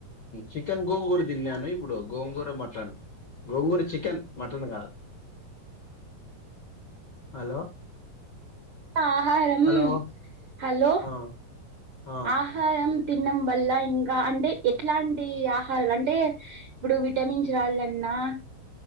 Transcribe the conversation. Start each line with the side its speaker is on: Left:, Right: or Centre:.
Left: చికెన్ గోంగూర తిన్నాను ఇప్పుడు గోంగూర మటన్ గోంగూర చికెన్ మటన్ కాదు హలో
Right: ఆహారం
Left: హలో
Right: హలో
Left: ఆ ఆ
Right: ఆహారం అం తినడం వల్ల ఇంకా అంటే ఎట్లాంటి ఆహారం అంటే ఇప్పుడు విటమిన్స్ రాళ్ళన్నా